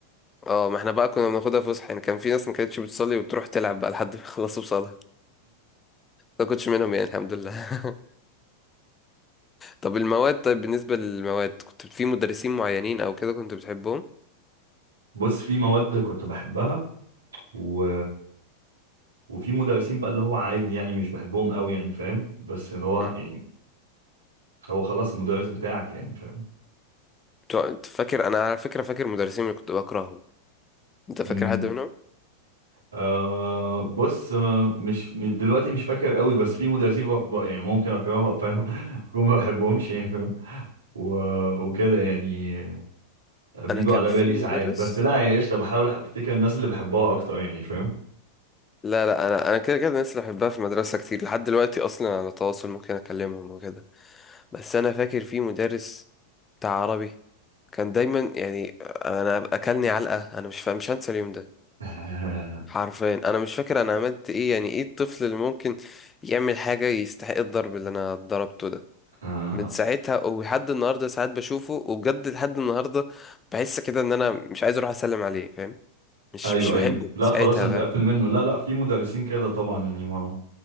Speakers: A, on the left; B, on the right.
A: اه ما احنا بقى كنا بناخدها فسحة يعني كان في ناس ما كانتش بتصلي وبتروح تلعب بقى لحد ما يخلصوا صلاة ما كنتش منهم يعني الحمد لله <laughs> طب المواد طيب بالنسبة للمواد كنت في مدرسين معينين او كده كنت بتحبهم
B: بص في مواد كنت بحبها و... وفي مدرسين بقى اللي هو عادي يعني مش بحبهم قوي يعني فاهم بس اللي هو
A: مم.
B: يعني هو خلاص المدرس بتاعك يعني فاهم
A: بتوع- انت فاكر انا على فكرة فاكر مدرسين اللي كنت بكرههم انت فاكر
B: امم
A: حد منهم
B: آه بص آه، مش م- دلوقتي مش فاكر قوي بس في مدرسين بق... بق- يعني ممكن اكرههم فاهم <laughs> ممكن ما بحبهمش يعني فاهم و... وكده يعني بيجوا
A: انا كان
B: على
A: في
B: بالي ساعات
A: مدرس
B: بس لا يعني قشطة بحاول افتكر الناس اللي بحبها اكتر يعني فاهم
A: لا لا انا انا كده كده الناس اللي بحبها في المدرسة كتير لحد دلوقتي اصلا على تواصل ممكن اكلمهم وكده بس انا فاكر في مدرس بتاع عربي كان دايما يعني انا اكلني علقه انا مش فا... مش هنسى اليوم ده
B: <laughs> آه
A: حرفيا انا مش فاكر انا عملت ايه يعني ايه الطفل اللي ممكن يعمل حاجه يستحق الضرب اللي انا ضربته ده
B: آه
A: من ساعتها ولحد النهارده ساعات بشوفه وبجد لحد النهارده بحس كده ان انا مش عايز اروح اسلم عليه فاهم مش
B: ايوه
A: مش
B: ايوه
A: بحبه من
B: لا
A: ساعتها
B: خلاص انت
A: فاهم
B: قفل منه لا لا في مدرسين كده طبعا يعني ما